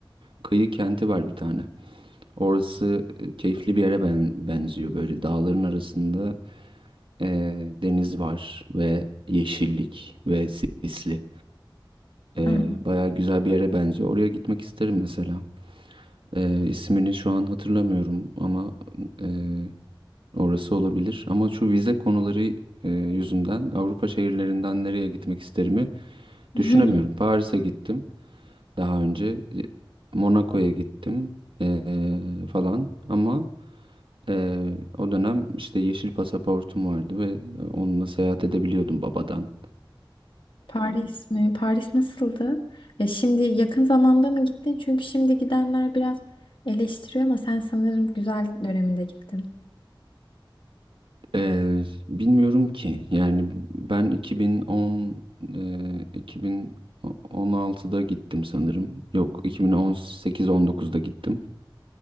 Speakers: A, on the right; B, on the left.
A: kıyı kenti var bir tane. Orası e, keyifli bir yere ben, benziyor. Böyle dağların arasında ee, deniz var ve yeşillik ve sisli. Ee,
B: Aa.
A: bayağı güzel bir yere benziyor. Oraya gitmek isterim mesela. Ee, ismini şu an hatırlamıyorum ama e, orası olabilir. Ama şu vize konuları e, yüzünden Avrupa şehirlerinden nereye gitmek isterimi
B: <laughs>
A: düşünemiyorum. Paris'e gittim daha önce. e, Monaco'ya gittim e, falan. Ama e, o dönem işte yeşil pasaportum vardı ve onunla seyahat edebiliyordum babadan.
B: Paris mi? Paris nasıldı? Ya şimdi yakın zamanda mı gittin? Çünkü şimdi gidenler biraz eleştiriyor ama sen sanırım güzel döneminde gittin.
A: Ee, bilmiyorum ki. Yani ben 2010 e, 2016'da gittim sanırım. Yok, 2018-19'da gittim.